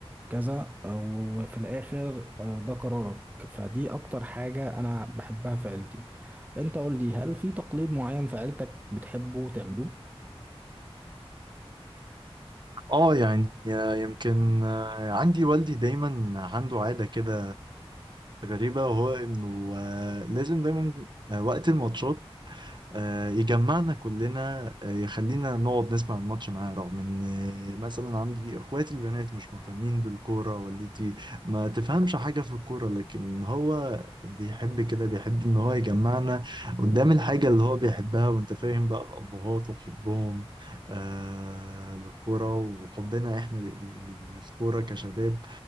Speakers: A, on the right (about 15°); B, on the right (about 45°).
A: كذا آه، وفي الاخر آه، ده قرارك فدي اكتر حاجه انا بحبها في عيلتي انت قول لي هل في تقليد معين في عيلتك بتحبه تعملوه
B: اه يعني آه، يمكن آه، عندي والدي دايما عنده عادة كده غريبة وهو انه آه، لازم دايما آه، وقت الماتشات آه، يجمعنا كلنا آه، يخلينا نقعد نسمع الماتش معاه رغم ان آه، مثلا عندي اخواتي البنات مش مهتمين بالكورة والدتي ما تفهمش حاجة في الكورة لكن هو بيحب كده بيحب ان هو يجمعنا قدام الحاجة اللي هو بيحبها وانت فاهم بقى الابهات وحبهم آه للكورة وحبنا احنا لل- للكورة كشباب